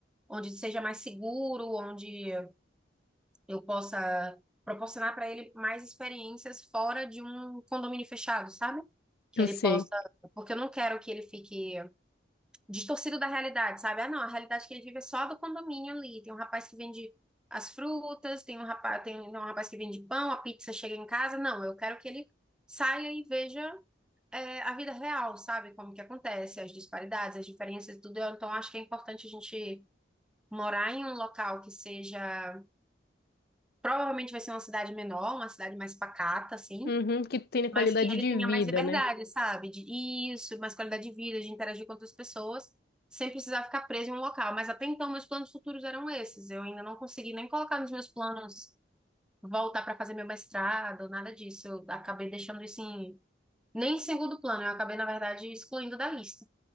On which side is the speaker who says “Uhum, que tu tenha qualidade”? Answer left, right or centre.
Left